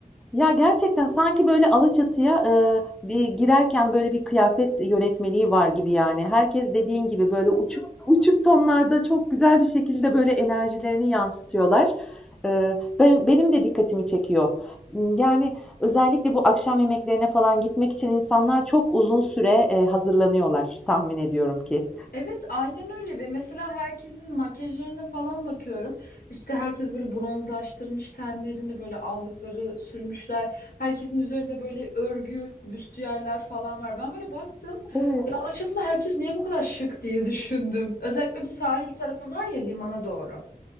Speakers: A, in the centre; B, on the left.
A: Ya, gerçekten sanki böyle Alaçatı'ya, eee, bir girerken böyle bir kıyafet yönetmeliği var gibi yani. Herkes dediğin gibi böyle uçuk uçuk tonlarda çok güzel bir şekilde böyle enerjilerini yansıtıyorlar. Eee, ben benim de dikkatimi çekiyor. Imm, yani özellikle bu akşam yemeklerine falan gitmek için insanlar çok uzun süre, eee, hazırlanıyorlar tahmin ediyorum ki.
B: Evet, aynen öyle ve mesela herkesin makyajlarına falan bakıyorum. İşte herkes böyle bronzlaştırmış tenlerini, böyle allıkları sürmüşler. Herkesin üzerinde böyle örgü, büstiyerler falan var. Ben böyle baktım.
A: Evet.
B: Ya Alaçatı'da herkes niye bu kadar şık diye <laughs> düşündüm. Özellikle bu sahil tarafı var ya limana doğru.